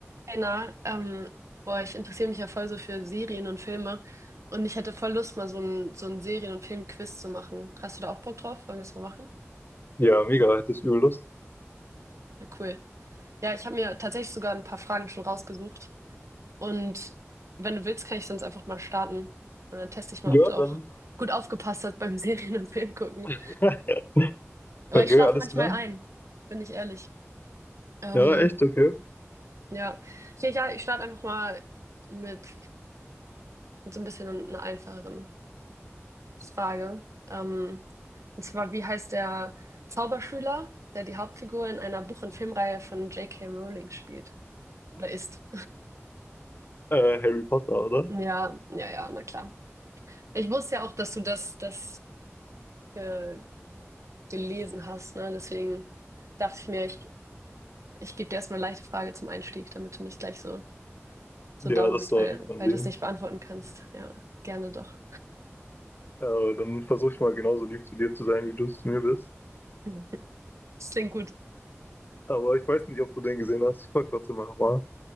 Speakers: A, on the right (about 80°); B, on the left (about 45°).
A: Einer, ähm, boah, ich interessiere mich ja voll so für Serien und Filme und ich hätte voll Lust, mal so ein, so ein Serien- und Film-Quiz zu machen. Hast du da auch Bock drauf? Wollen wir es mal machen?
B: Ja, mega, hätte ich übel Lust.
A: Ja, cool. Ja, ich habe mir tatsächlich sogar ein paar Fragen schon rausgesucht und wenn du willst, kann ich sonst einfach mal starten und dann teste ich mal,
B: Ja,
A: ob du
B: dann.
A: auch gut aufgepasst hast beim <laughs> Serien- und Film gucken.
B: <laughs>
A: Aber
B: Okay,
A: ich schlafe
B: alles
A: manchmal
B: klar.
A: ein, bin ich ehrlich. Ähm,
B: Ja, echt, okay.
A: ja. Ja, ja, ich starte einfach mal mit, mit so ein bisschen einer einfacheren Frage. Ähm, Und zwar, wie heißt der Zauberschüler, der die Hauptfigur in einer Buch- und Filmreihe von J.K. Rowling spielt? Oder ist?
B: Äh, Harry Potter, oder?
A: Ja, ja, ja, na klar. Ich wusste ja auch, dass du das, das äh, gelesen hast, ne? Deswegen dachte ich mir, ich, ich gebe dir erstmal eine leichte Frage zum Einstieg, damit du nicht gleich so, so
B: Ja,
A: down
B: das
A: bist,
B: war
A: weil,
B: lieb von
A: weil
B: dir.
A: du es nicht beantworten kannst. Ja, gerne doch.
B: Äh, dann versuche ich mal genauso lieb zu dir zu sein, wie du es zu mir bist.
A: Mhm. Das klingt gut.
B: Aber ich weiß nicht, ob du den gesehen hast. Ich frage trotzdem mal nochmal.